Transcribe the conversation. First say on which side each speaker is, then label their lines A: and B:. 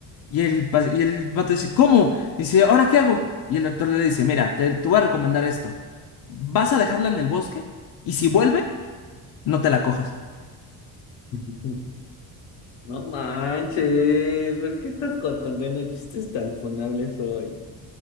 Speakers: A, on the left; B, on the left.
A: Y el, pa- y el vato dice, ¿cómo? Dice, ¿ahora qué hago? Y el doctor le dice, mira, te, te voy a recomendar esto. Vas a dejarla en el bosque y si vuelve, no te la cojas.
B: <laughs> No manches, ¿por qué estás con- contando chistes tan funables hoy?